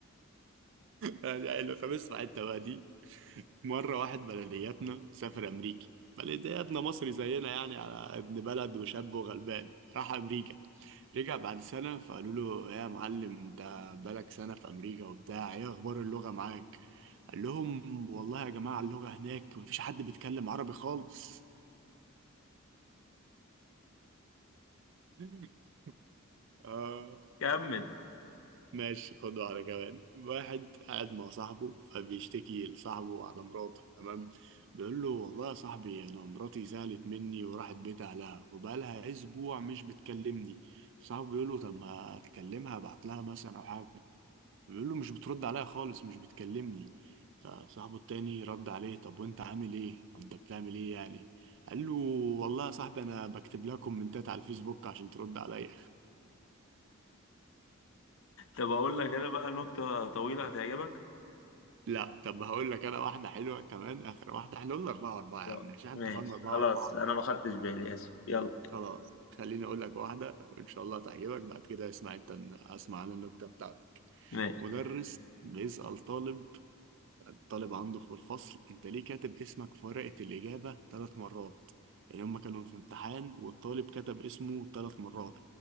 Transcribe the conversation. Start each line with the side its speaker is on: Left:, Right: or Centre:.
Right: لا لا، فبسمع انت بقى دي مرة واحد بلدياتنا سافر أمريكي بلدياتنا مصري زينا يعني على ابن بلد وشاب وغلبان راح أمريكا رجع بعد سنة فقالوا له يا معلم أنت بقالك سنة في أمريكا وبتاع إيه أخبار اللغة معاك؟ قال لهم والله يا جماعة اللغة هناك مفيش حد بيتكلم عربي خالص <laughs> آه
Left: كمل
Right: ماشي خد واحدة كمان واحد قاعد مع صاحبه فبيشتكي لصاحبه على مراته تمام بيقول له والله يا صاحبي أنا مراتي زعلت مني وراحت بيت أهلها وبقالها أسبوع مش بتكلمني صاحبه بيقول له طب ما أكلمها أبعت لها مثلا أو حاجة بيقول له مش بترد عليا خالص مش بتكلمني فصاحبه التاني رد عليه طب وأنت عامل إيه؟ أنت بتعمل إيه يعني؟ قال له والله يا صاحبي أنا بكتب لها كومنتات على الفيسبوك عشان ترد عليا
Left: طب اقول لك انا بقى نكتة طويلة
Right: <laughs>
Left: هتعجبك
Right: لا طب هقول لك انا واحده حلوه كمان اخر واحده احنا قلنا اربعه واربعه يا
Left: خلاص
Right: عم عشان انت
Left: ماشي
Right: فاهم اربعه
Left: خلاص
Right: واربعه
Left: انا ما خدتش بالي اسف يلا
Right: خلاص خليني اقول لك واحده وان شاء الله تعجبك بعد كده اسمع انت اسمع على النكته بتاعتك
Left: ماشي
Right: مدرس بيسأل طالب الطالب عنده في الفصل انت ليه كاتب اسمك في ورقه الاجابه ثلاث مرات يعني هما كانوا في امتحان والطالب كتب اسمه ثلاث مرات